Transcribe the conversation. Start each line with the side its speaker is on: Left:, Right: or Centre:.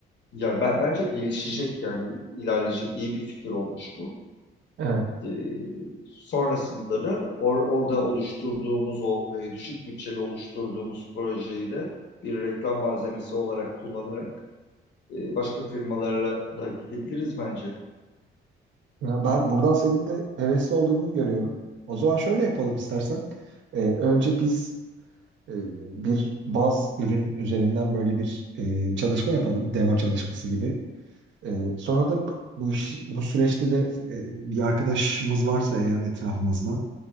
Left: ya ben, bence gelişecek yani ilerleyecek iyi bir fikir olmuş bu.
Right: Evet.
Left: Ee, sonrasında da or- orada oluşturduğumuz o e, düşük bütçeli oluşturduğumuz projeyi de bir reklam malzemesi olarak kullanarak e, başka firmalarla da gidebiliriz bence.
Right: Ya ben buradan senin de hevesli olduğunu görüyorum. O zaman şöyle yapalım istersen. Ee, önce biz e, bir baz ürün üzerinden böyle bir e, çalışma yapalım. Demo çalışması gibi. Ee, sonra da bu bu iş, bu süreçte de e, bir arkadaşımız varsa eğer etrafımızda